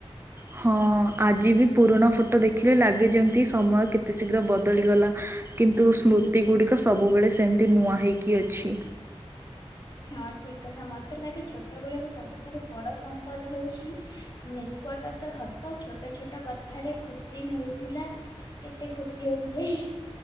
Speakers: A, on the right; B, on the left.
A: ହଁ ଆଜି ବି ପୁରୁଣା ଫଟୋ ଦେଖିଲେ ଲାଗେ ଯେମିତି ସମୟ କେତେ ଶୀଘ୍ର ବଦଳିଗଲା କିନ୍ତୁ ସ୍ମୃତି ଗୁଡିକ ସବୁବେଳେ ସେମିତି ନୂଆ ହେଇକି ଅଛି।
B: ହଁ ଠିକ୍ କଥା ମୋତେ ଲାଗେ ଛୋଟ ବେଳର ସବୁଠାରୁ ବଡ ସମ୍ପଦ ହେଉଛି ନିଷ୍ପଟ ତ ହସ ଛୋଟ ଛୋଟ କଥାରେ ଖୁସି ମିଳୁଥିଲା କେତେ ଖୁସି ହଉଥିଲେ।